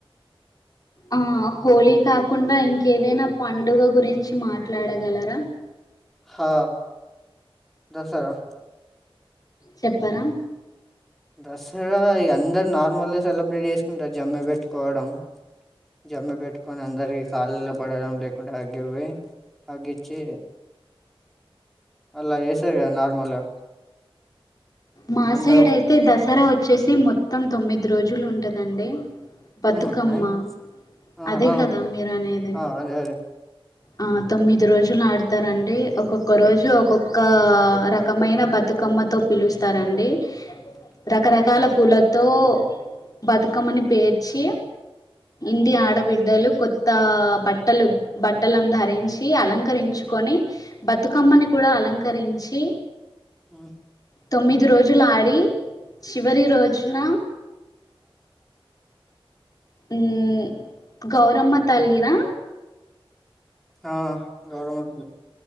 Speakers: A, on the left; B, in the centre.
A: ఆ హోలీ కాకుండా ఇంకేదైనా పండుగ గురించి మాట్లాడగలరా
B: హా దసరా
A: చెప్పరా
B: దసరా ఇగ అందరు నార్మల్ గా సెలబ్రేట్ చేసుకుంటారు జమ్మి పెట్టుకోవడం జమ్మి పెట్టుకొని అందరికి కాళ్ళల్లో పడడం లేకుండా హాగ్ ఇవ్వి హాగ్ ఇచ్చి అలా చేసారు కదా నార్మల్గా
A: మా
B: అందరు
A: సైడ్
B: ఒక
A: అయితే దసరా వ చ్చేసి మొత్తం తొమ్మిది రోజులు ఉంటదండి బతుకమ్మ
B: ఆ, నైన్ ఆ,
A: అదే
B: ఆ,
A: కదా మీరు అనేది
B: ఆ, అదే అదే
A: ఆ తొమ్మిది రోజులు ఆడ్తారండి ఒక్కొక్క రోజు ఒక్కొక్క రకమైన బతుకమ్మతో పిలుస్త్ త రండి రకరకాల పూలతో బతుకమ్మని పేర్చి ఇంటి ఆడబిడ్డలు కొత్త బట్టలు బట్టలను ధరించి అలంకరించుకొని బతుకమ్మని కూడా అలంకరించి,
B: హ్మ్
A: తొమ్మిది రోజులు ఆడి చివరి రోజున ఉమ్ గౌరమ్మ తల్లినా
B: ఆ గౌరమ్మ తల్లే